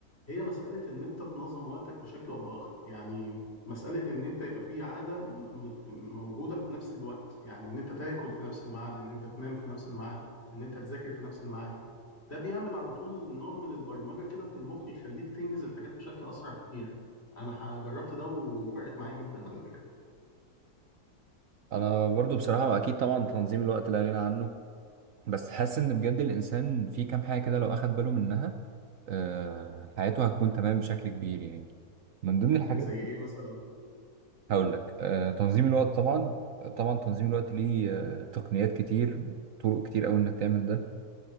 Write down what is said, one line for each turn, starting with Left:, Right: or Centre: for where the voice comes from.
Left: هي مسألة إن أنت تنظم وقتك بشكل أو بآخر يعني مسألة إن أنت يبقى في عادة مت- موجودة في نفس الوقت يعني إن أنت تاكل في نفس الميعاد إن أنت تنام في نفس الميعاد إن أنت تذاكر في نفس الميعاد ده بيعمل على طول نوع من البرمجة كده في المخ يخليك تنجز الحاجات بشكل أسرع كتير أنا ح- جربت ده وفرقت معايا جدا على فكرة
Right: انا برضو بصراحه اكيد طبعا تنظيم الوقت لا غنى عنه بس حاسس ان بجد الانسان في كام حاجه كده لو اخد باله منها آه، حياته هتكون تمام بشكل كبير يعني من ضمن الحاجات
Left: زي إيه مثلا
Right: هقول لك آه، تنظيم الوقت طبعا طبعا تنظيم الوقت ليه آه، تقنيات كتير وطرق كتير قوي انك تعمل ده